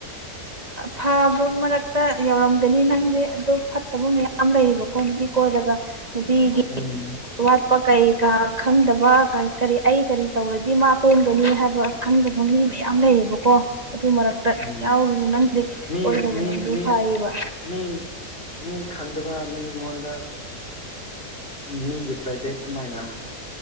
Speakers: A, on the right; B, on the left.
A: ꯐꯥꯕ ꯃꯔꯛꯇ ꯌꯧꯔꯝꯒꯅꯤ ꯅꯪꯗꯤ ꯑꯗꯣ ꯐꯠꯇꯕ ꯃꯌꯥꯝꯁꯨ ꯂꯩ ꯌꯥꯝ ꯂꯩꯌꯦꯕꯀꯣ ꯅꯨꯄꯤ ꯀꯣꯏꯔꯒ ꯅꯨꯄꯤꯒꯤ
B: ꯎꯝ
A: ꯑꯋꯥꯠꯄ ꯀꯩ ꯀꯥ ꯈꯪꯗꯕ ꯑꯩ ꯀꯔꯤ ꯇꯧꯔꯗꯤ ꯃꯥ ꯄꯦꯟꯒꯅꯤ ꯍꯥꯏꯕ ꯈꯪꯗꯕ ꯃꯤ ꯃꯌꯥꯝ ꯂꯩꯌꯦꯕꯀꯣ ꯑꯗꯨ ꯃꯔꯛꯇ ꯑꯗꯨꯒꯤ
B: ꯎꯝ
A: ꯌꯥꯎꯔꯨꯅꯨ ꯅꯪꯗꯤ
B: ꯃꯤ
A: ꯀꯣꯢꯗꯕ
B: ꯃꯤ
A: ꯅꯪꯗꯨ
B: ꯃꯤ
A: ꯐꯩꯌꯦꯕ
B: ꯃꯤ ꯃꯤ ꯈꯪꯗꯕ ꯃꯤꯉꯣꯟꯗ ꯃꯤꯒꯤ ꯄ꯭ꯔꯥꯏꯚꯦꯠ ꯑꯗꯨꯃꯥꯏꯅ